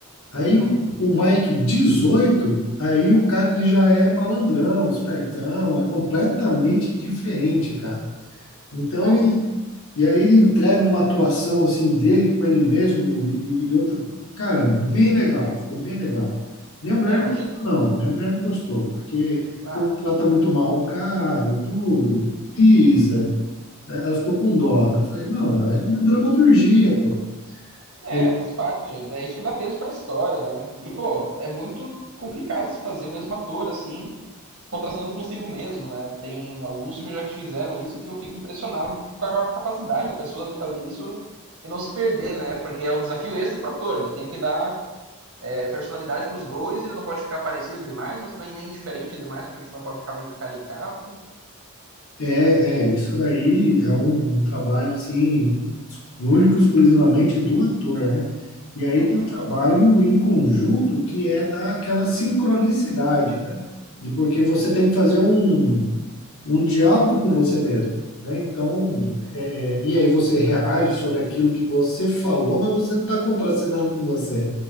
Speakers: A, on the right; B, on the left.
A: uhum.
B: Aí o, o Mike 18, aí o cara ele já é malandrão, espertão, é completamente diferente, cara. Então
A: Nossa.
B: ele e aí ele entrega uma atuação assim dele com ele mesmo e, e outra, cara, bem legal, ficou bem legal. Minha mulher
A: É, imagina.
B: não gostou, não, minha mulher não gostou, porque o
A: Ah,
B: povo trata muito mal o cara e tudo, pisa. Eh, Ela ficou com dó. né? Eu falei, não, é dramaturgia, pô.
A: é,
B: É,
A: faz parte. É isso que dá peso pra história, né? E, pô, é muito complicado se fazer o mesmo ator, assim, contracenando consigo mesmo, né? Tem alguns filmes já que fizeram isso que eu fico impressionado com a capacidade da pessoa de fazer isso e não se perder, né? Porque é um desafio extra para ator. Ele tem que dar é, personalidade para os dois. Ele não pode ficar parecido demais, mas também nem diferente demais, porque senão pode ficar meio caricato.
B: É, é, isso daí é um, um trabalho assim, único e exclusivamente do ator, né? E aí
A: Uhum.
B: tem o trabalho em conjunto que é daquela sincronicidade, né? De porque você tem que fazer um, um diálogo com você mesmo, né? Então, é, é, e aí você reage sobre aquilo que você falou, mas você não está contracenando com você.